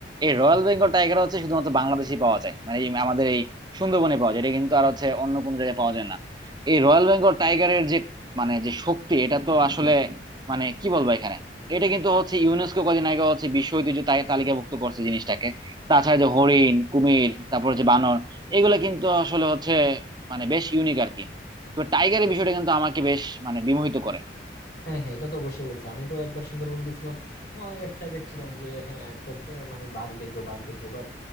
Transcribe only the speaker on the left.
হ্যাঁ
হ্যাঁ হ্যাঁ এটা তো অবশ্যই বলছে আমি তো একবার সুন্দরবন গেছিলাম না, অনেক এক্সাইটেড ছিলাম যে হ্যাঁ একটা আহ, মানে বাঘ দেখবো বাঘ দেখবো বাট